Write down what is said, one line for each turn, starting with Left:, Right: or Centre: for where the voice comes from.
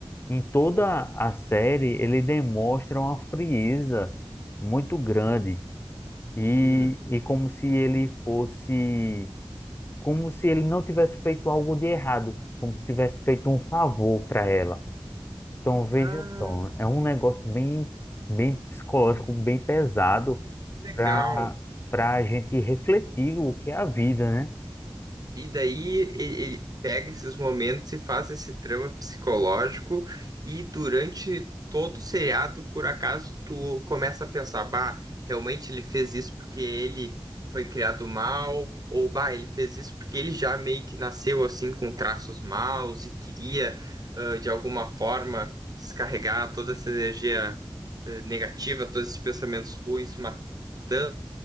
Left: em toda a série, ele demonstra uma frieza muito grande. E,
Right: Hum.
Left: e como se ele fosse como se ele não tivesse feito algo de errado, como se tivesse feito um favor para ela. Então, veja
Right: Ah,
Left: só, é um negócio bem, bem psicológico, bem pesado
Right: legal.
Left: para para a gente refletir o que é a vida, né?
Right: E daí ele, ele pega esses momentos e faz esse trama psicológico, e durante todo o seriado, por acaso, tu começa a pensar, bah, realmente ele fez isso porque ele foi criado mal, ou bah, ele fez isso porque ele já meio que nasceu assim com traços maus e queria, ah, de alguma forma, descarregar toda essa energia, eh, negativa, todos esses pensamentos ruins, matando